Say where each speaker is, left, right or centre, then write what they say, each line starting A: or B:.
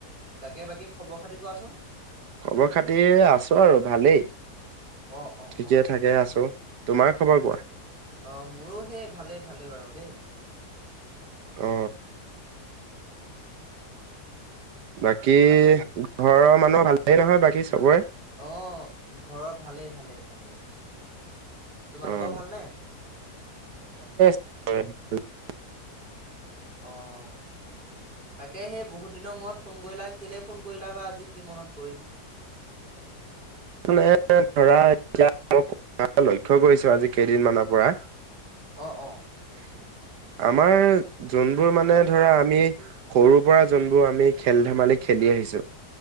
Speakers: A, on the right (about 30°); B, on the right (about 80°).
A: তাকে বাকী খবৰ খাতি কোৱাচোন?
B: খবৰ খাতি আছো আৰু ভালেই,
A: অহ অহ
B: ঠিকে
A: অহ
B: থাকে আছো। তোমাৰ খবৰ কোৱা?
A: অহ, মোৰো সেই ভালেই ভালেই বাৰু দেই।
B: অ বাকী
A: তাকে
B: ঘৰৰ মানুহৰ ভালেই নহয় বাকী চবৰে?
A: অঁহ', ঘৰত ভালেই, ভালেই, ভালেই। তোমালোকৰ
B: অঁহ',
A: ভালনে?
B: <unintelligible>
A: অ', তাকে সেই বহুত দিনৰ মূৰত ফোন কৰিলা কেলে ফোন ক ৰিলা বা আজি কি মনত পৰিল?
B: <unintelligible> ধৰা <unintelligible> লক্ষ্য কৰিছো আজি কেইদিন মানৰ পৰা।
A: অঁ, অঁ।
B: আমাৰ যোনবোৰ মানে ধৰা আমি সৰু পৰা যোনবোৰ আমি খেল ধেমালি খেলি আহিছো